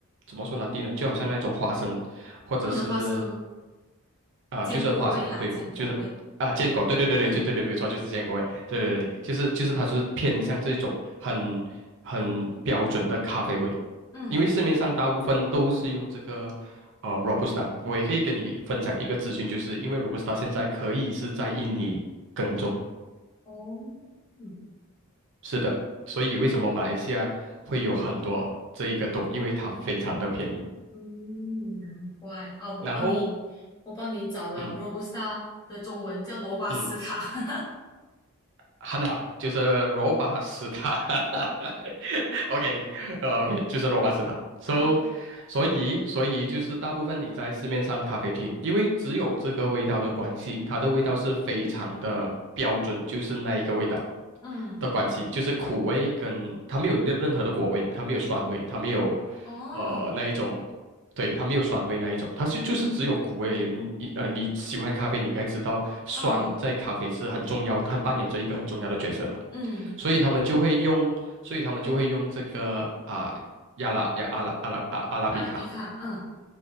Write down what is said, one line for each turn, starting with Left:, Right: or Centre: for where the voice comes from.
Right: 怎么说拿地呢？就好像那种花生或者是
Left: 嗯，花生
Right: 啊，
Left: 坚果味啦，
Right: 就是花生，对，
Left: 坚果味。
Right: 就是啊，坚果，对对对对，
Left: 嗯
Right: 就对对，没有错，就是坚果味，对对对，就是就是它就是偏向这种很很标准的咖啡味，
Left: 嗯，
Right: 因为市面上大部分都是用这个呃 Robusta，我也可以跟你分享一个资讯，就是因为 Robusta 现在可以是在印尼耕种，
Left: 哦，嗯，
Right: 是的，所以为什么马来西亚会有很多这一个豆，因为它非常的便宜，
Left: 嗯，难怪。好，我帮你，
Right: 然后
Left: 我帮你找了
Right: 嗯
Left: Robusta 的中文叫罗巴斯塔。
Right: 嗯，
Left: <laughs>
Right: 很好，就是罗巴斯塔。<laughs> OK，<laughs> 呃，OK，就是罗巴斯塔。So，
Left: 嗯
Right: 所以所以就是大部分你在市面上咖啡厅，因为只有这个味道的关系，它的味道是非常的标准，就是那一个味道
Left: 嗯，
Right: 的关系，就是苦味跟它没有任任何的果味，它没有酸味，它没有
Left: 哦，
Right: 呃那一种，对，它没有酸味那一种，它是就是只有苦味而已。你你呃你喜欢咖啡，你应该知道酸在咖啡是很重要，
Left: 嗯
Right: 它扮演着一个很重要的角色的。
Left: 嗯，
Right: 所以他们就会用，所以他们就会用这个啊、亚拉亚阿拉阿拉啊阿拉比卡，
Left: 阿拉比卡，嗯，